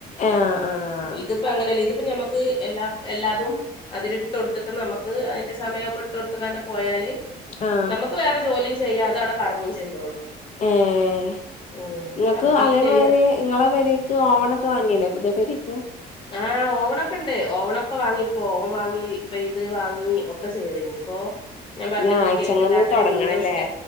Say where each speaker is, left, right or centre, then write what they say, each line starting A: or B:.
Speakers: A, on the left; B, on the left.
A: ആഹ് ആഹ്
B: ഇതിപ്പോ അങ്ങനെ അല്ല ഇതിപ്പ ഞാമ്മ ഇത് എല്ല എല്ലാതും അതിൽ ഇട്ട് കൊടുത്തിട്ട് നമ്മക്ക് അയിന്റെ സമയംമ്പ് ഇട്ട് കൊടുത്ത് കാണ്ട് പോയാല്
A: ആഹ്
B: നമ്മക്ക് വേറെ ജോലിം ചെയ്യ അതവിടെ കറങ്ങും ചെയ്തോളും
A: ഏഹ്
B: ഉം
A: ഇങ്ങ
B: അപ്പൊ
A: ക്ക്
B: ബീറ്റ്
A: അതേപേരെ
B: ചെയ്യാ
A: ഇങ്ങളെ പേരേക്ക് ഓവൺ ഒക്കെ വാങ്ങില്ലേ പുതിയ പേരേക്ക്
B: ആഹ് ഓവണൊക്കെ ഉണ്ട് ഓവണൊക്കെ വാങ്ങി ഫോൺ വാങ്ങി ഇപ്പൊ ഇത് വാങ്ങി ഒക്കെ ചെയ്തഴഞ് ഇനിപ്പോ ഞാൻ പറഞ്ഞക്കണ
A: ഇനി ആഴ്ചങ്ങന്ന്
B: കേക്ക് ഇണ്ടാക്കാൽ
A: തൊടങ്ങണല്ലേ
B: വീണ്ടും സ്റ്റാ